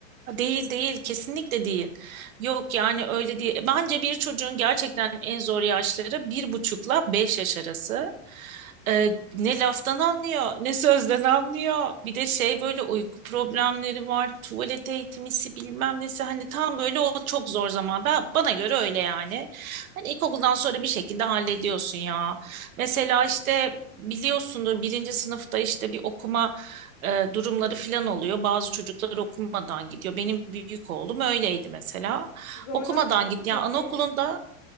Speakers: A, on the right; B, on the left.
A: Değil değil kesinlikle değil. Yok yani öyle değil. Bence bir çocuğun gerçekten en zor yaşları bir buçukla beş yaş arası. Ee, ne laftan anlıyor ne sözden anlıyor. Bir de şey böyle uyku problemleri var. Tuvalet eğitimisi bilmem nesi. Hani tam böyle o çok zor zaman. Ben, bana göre öyle yani. Hani ilkokuldan sonra bir şekilde hallediyorsun ya. Mesela işte biliyorsundur birinci sınıfta işte bir okuma e, durumları filan oluyor. Bazı çocuklar okumadan gidiyor. Benim büyük oğlum öyleydi mesela.
B: Zorlandın
A: Okumadan gitti.
B: mı peki?
A: Yani anaokulunda